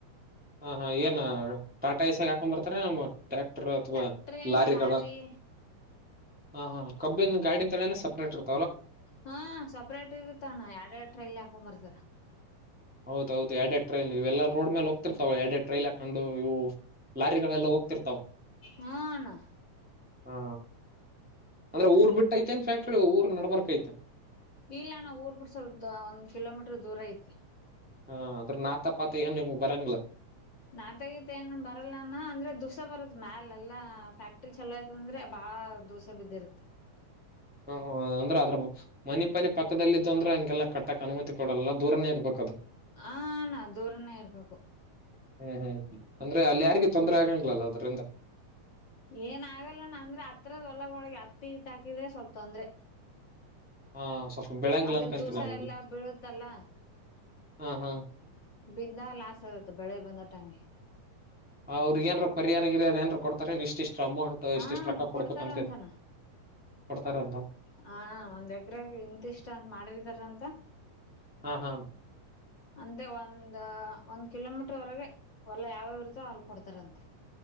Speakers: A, in the centre; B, on the left (about 40°).
A: ಹ ಹಾ ಏನ್ ಟಾಟ ಇಸಾಗ ಹಾಕೊಂಡ್ ಬರ್ತಾರ ನಮ್ಮ ಟ್ರ್ಯಾಕ್ಟರ್ ಅಥವಾ
B: ಟ್ಯಾಕ್ಟ್ರಿ
A: ಲಾರಿಗಳ
B: ಲಾರಿ
A: ಹಾ ಹಾ ಕಬ್ಬಿನ ಗಾಡಿನ ತಳೇನ ಸಪ್ರೇಟ್ ಇರುತ್ತೆ
B: ಹಾ ಸಪ್ರೇಟ್ ಇರುತ್ತ ಅಣ್ಣ ಎರಡೆ ಎರಡು ಟ್ರೈಲಿ ಹಾಕೊ ಬರ್ತಾರ
A: ಹೌದೌದು ಎಡೆಟ್ರೈ ಇಲ್ಲ ರೋಡ್ ಮೇಲೆ ಹೋಗ್ತಿರ್ತವೆೆ ಎಡಡೆ ಟ್ರೈಲ್ ಹಾಕೊಂಡು ಇವು ಲಾರಿಗಳೆಲ್ಲ ಹೋಗ್ತಿರ್ತಾವ
B: ಹಾ ಅಣ್ಣ
A: ಹಾ ಅಂದ್ರೆ ಊರ್ ಬಿಟ್ಟಐತೆೇನ್ ಫ್ಯಾಕ್ಟ್ರಿ ಊರ್ ನಡ್ಬಾರಕ್ೈತೆ
B: ಇಲ್ಲ ನಾ ಊರ್ ಬಿಿಟ್ಟ ಸ್ವಲ್ಪ ಒಂದ್ ಕಿಲೋಮೀಟ್ರರ್ ದೂರ ಐತೆ
A: ಹಾ ಅದ್ರ ನಾತ ಪಾತ ಏನ್ ನಿಮ್ಗ್ ಬರಂಗಲ
B: ನಾತಗತ್ ಏ ಬರಲ್ಲಾನ ಅಂದ್ರೆ ದುಸ ಬರದ ಮ್ಯಾಲ ಎಲ್ಲಾ ಫ್ಯಾಕ್ಟ್ರಿ ಚಲೋ ಆಯ್ತ ಅಂದ್ರೆ ಬಾಳ ದದುಸೆ ಬಿದಿರ್ತ
A: <inaudible> ಹ ಹ ಅಂದ್ರೆ ಅದ್ರ ಮನಿ ಪನೆ ಪಕ್ಕದಲ್ಲಿದ್ದು ಅಂದ್ರೆ ಹಂಗೆಲ್ಲ ಕಟ್ಟಕ್ ಅನುಮತಿ ಕೊಡಲ್ಲ ದೂರನೇ ಇರ್ಬೇಕು
B: ಹ ನಾ ದೂರನೇ ಇರ್ಬೇಕು
A: ಹ್ಮ್ ಹ್ಮ್ ಅಂದ್ರೆ ಅಲ್ಲಿ ಯಾರಿಿಗೆ ತೊಂದರೆ ಆಗಂಗ್ಲಲ್ಲ ಅದ್ರಿಂದ
B: ಏನ ಆಗಲ್ಲಣ ಅಂದ್ರೆ ಹತ್ರದ ಒಲಗ ಒಳಗೆ ಹತ್ತ ಇತ್ ಹಾಕಿದ್ರೆ ಸ್ವಲ್ಪ ತೊಂದರೆ
A: ಹಾ ಸ್ವಲ್ಪ ಬೆಳಂಗ್ಲ
B: ಅದ್ರ
A: ಅನ್ಕೊಂತೀನಿ
B: ದೋಸೆ
A: ಅವಾಗ
B: ಎಲ್ಲಾ ಬೀಳುತ್ತಲ್ಲ
A: ಹಾ ಹಾ
B: ಬಿದ್ದ ಲಾಸ್ ಆಗತ್ತೆ ಬೆಳೆ ಬಂದಟಮಗೆ
A: ಅವ್ರರುಗ ನ್ರ ಪರಿಾರ ಇಿಲ್ಲ ಅದ ಏನ್ರ ಕೊಡ್ತಾರೆ ನಿಶ್ ಇಷ್ಟ ಅಮೌಂಟ್
B: ಹ
A: ಇಷ್ಟ ಎಷ್ಟು ರಕ್ಕ ಕೊಡ್ಬೇಕಂತೆ
B: ಕೊಡ್ತಾರ ಅಂತಣ್ಣ
A: ಕೊಡ್ತಾರಂತ
B: ಹ ಒಂದ್ ಎಕ್ರಾಗ ಇಂತಿಷ್ಟ ಅಂತ ಮಾಡಿದಾರಂತ
A: ಹಾ ಹಾ
B: ಅಂತೆ ಒಂದ ಒಂದ್ ಕಿಲೋಮೀಟರ್ ವರೆಗೆ ಹೊಲ್ಲ ಯಾವ್ಯಾವರುತೋ ಹಾಲ್ ಕೊಡ್ತಾರ ಅಂತ